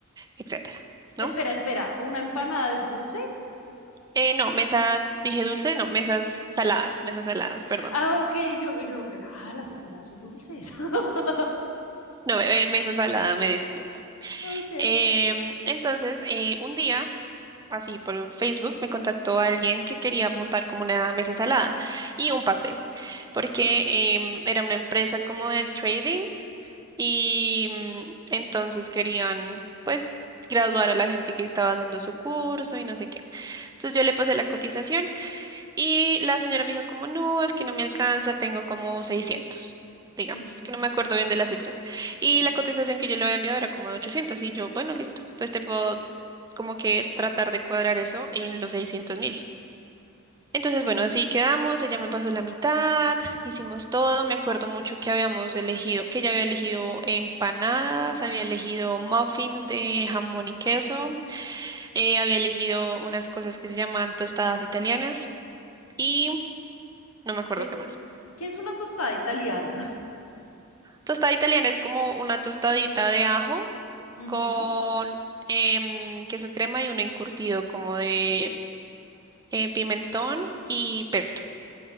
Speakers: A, on the right; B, on the left.
A: etcétera,
B: espera,
A: ¿no?
B: espera, ¿una empanada es dulce?
A: Eh, no, mesas, dije dulce, no, mesas saladas, mesas saladas,
B: Ah,
A: perdón.
B: ah, ok, yo, yo, ah, las empanadas son dulces. <laughs>
A: No, eh, eh, mesa salada, me disculpo.
B: Ok.
A: Em, entonces, eh, un día, así por Facebook, me contactó alguien que quería montar como una mesa salada y un pastel, porque em, era una empresa como de trading Y mm, entonces querían, pues, graduar a la gente que estaba haciendo su curso y no sé qué. Entonces yo le pasé la cotización y la señora me dijo como, no, es que no me alcanza, tengo como seiscientos digamos,
B: ujú,
A: es que no me acuerdo bien de las cifras. Y
B: ujú.
A: la cotización que yo le había enviado era como de 800 y yo, bueno, listo, pues te puedo como que tratar de cuadrar eso en los seiscientos mil. Entonces, bueno, así quedamos, ella me pasó la mitad, hicimos todo, me acuerdo mucho que habíamos elegido, que ella había elegido empanadas, había elegido muffins de jamón y queso, eh, había elegido unas cosas que se llaman tostadas italianas y no me acuerdo
B: ¿Qué,
A: qué más.
B: qué es una tostada italiana?
A: Tostada italiana es como una tostadita de ajo
B: Ujú.
A: con em, queso crema y un encurtido como de eh, pimentón y pesto.